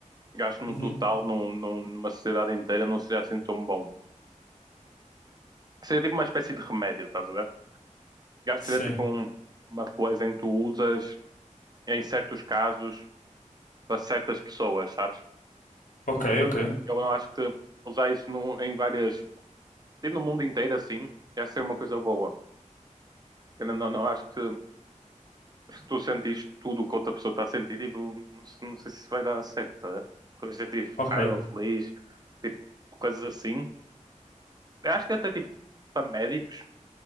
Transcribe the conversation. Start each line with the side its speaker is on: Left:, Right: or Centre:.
Right: gasto num
Left: Uhum.
Right: total, num- num- numa sociedade inteira, não seria assim tão bom. Seria tipo uma espécie de remédio, estás a ver? Gasto
Left: Sim.
Right: seria tipo um- uma coisa em que tu usas em certos casos para certas pessoas, sabes?
Left: Ok, ok.
Right: Eu não acho que usar isso no- em várias. Tipo no mundo inteiro assim, ia ser uma coisa boa. Eu não, não não acho que se tu sentires tudo o que outra pessoa está a sentir, tipo, não, sei- não sei se vai dar certo, estás a ver? Coisas de tipo
Left: Ok.
Right: raiva, feliz, tipo, coisas assim. Eu acho que até tipo para médicos.